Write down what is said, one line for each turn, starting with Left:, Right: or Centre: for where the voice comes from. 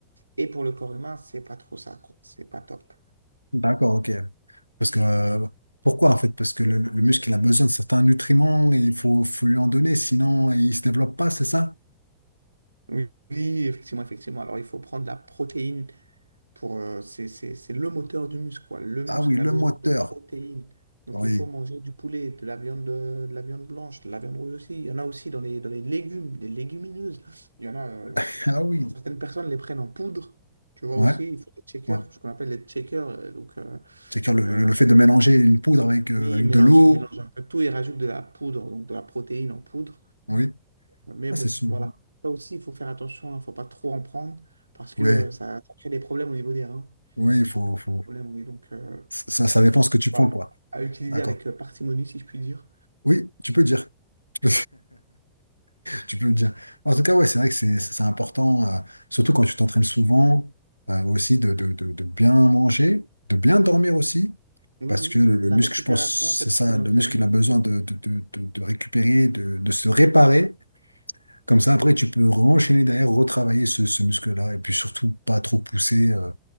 Right: Et pour le corps humain, c'est pas trop ça, quoi. C'est pas top.
Left: D'accord, ok. Parce que, euh, pourquoi en fait? Parce que le, le muscle, il a besoin de certains nutriments et il faut, faut lui en donner, sinon il ne se développe pas, c'est ça?
Right: Oui, oui, effectivement, effectivement. Alors, il faut prendre de la protéine pour, euh, c'est c'est- c'est le moteur du muscle, quoi. Le muscle
Left: Ah oui, le
Right: a besoin
Left: moteur.
Right: de protéines. Donc,
Left: Oui.
Right: il faut manger du poulet, de la viande, euh, de, la viande blanche, de la viande rouge aussi. Il y en a aussi dans les, dans les légumes, les légumineuses. Il y en a, euh,
Left: <laughs> Ah oui.
Right: certaines personnes les prennent en poudre. Tu vois
Left: Ouais,
Right: aussi, ils font des shakers,
Left: ouais.
Right: ce qu'on appelle les shakers. euh, Donc, euh,
Left: C'est-à-dire le,
Right: euh,
Left: le- le fait de mélanger une poudre avec, euh,
Right: oui,
Left: avec
Right: ils mélangent,
Left: de l'eau.
Right: ils mélangent un peu tout, ils rajoutent de la poudre, donc de la protéine en poudre.
Left: Oui.
Right: Mais
Left: Ah,
Right: bon,
Left: c'est sou-
Right: voilà. Ça aussi, il faut faire attention, il ne faut pas trop en prendre parce que
Left: Oui,
Right: euh, ça, ça crée des problèmes au niveau des reins.
Left: oui, il faut,
Right: Ça crée
Left: faut-
Right: des problèmes, oui. Donc, euh,
Left: Ça, ça dépend ce que tu prends,
Right: Voilà.
Left: quoi.
Right: À utiliser
Left: D'accord.
Right: avec euh, parcimonie, si je puis dire.
Left: Oui, tu peux dire. <laughs> Tu peux le dire. En tout cas, ouais, c'est vrai que c'est c'est important, euh, surtout quand tu t'entraînes souvent, euh, aussi de, de- de- de bien manger, de bien dormir aussi,
Right: Oui,
Left: parce
Right: oui.
Left: que le, le
Right: La
Left: muscle,
Right: récupération
Left: je pense,
Right: fait
Left: c'est
Right: partie
Left: ça,
Right: de l'entraînement.
Left: le muscle, il a besoin de, de- de- de- de récupérer, de, de se réparer. Comme ça, après, tu peux enchaîner derrière, retravailler ce, ce muscle-là, et puis surtout pas trop pousser euh,